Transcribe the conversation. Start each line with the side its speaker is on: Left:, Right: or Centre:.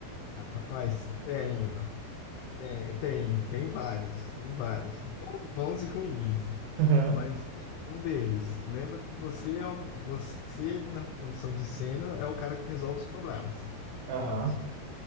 Left: rapaz, tenho, tenho, tenho, tem vários, tem vários, bons, bons e ruins,
Right: <laughs>
Left: mas um, um deles, lembra que você, é o- você, na condição de sênior, é o cara que resolve os problemas,
Right: Aham,
Left: ponto.
Right: aham,